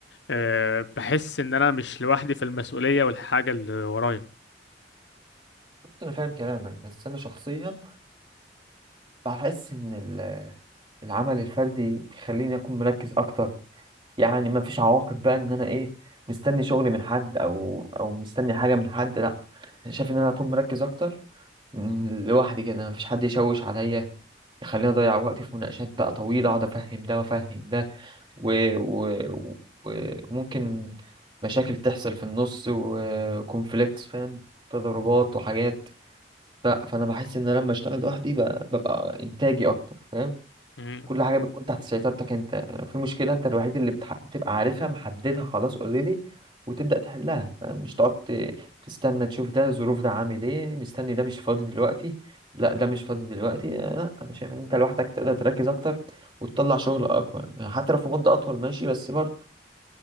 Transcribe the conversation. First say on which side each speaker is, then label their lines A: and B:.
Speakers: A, on the left (about 75°); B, on the right (about 25°).
A: أه بحس ان انا مش لوحدي في المسؤولية والحاجة اللي ورايا
B: انا فاهم كلامك بس انا شخصيا بحس ان ال- العمل الفردي بيخليني اكون مركز اكتر يعني ما فيش عواقب بقى ان انا ايه مستني شغل من حد او او مستني حاجه من حد لا أنا شايف ان انا اكون مركز اكتر م- لوحدي كده ما فيش حد يشوش عليا يخليني اضيع وقتي في مناقشات بقى طويله اقعد افهم ده وافهم ده و... و... و- وممكن مشاكل تحصل في النص وكونفليكتس فاهم تضاربات وحاجات ف- فانا بحس ان انا لما اشتغل لوحدي ب- ببقى انتاجي اكتر فاهم
A: مم.
B: كل حاجه بتكون تحت سيطرتك انت لو في مشكله انت الوحيد اللي بتح... بتبقى عارفها محددها خلاص اوريدي وتبدا تحلها فاهم؟ مش تقعد ت- تستنى تشوف ده ظروف ده عامل ايه مستني ده مش فاضي دلوقتي لا ده مش فاضي دلوقتي آه، لا انا شايف ان انت لوحدك تقدر تركز اكتر وتطلع شغل اكبر يعني حتى لو في مده اطول ماشي بس برضه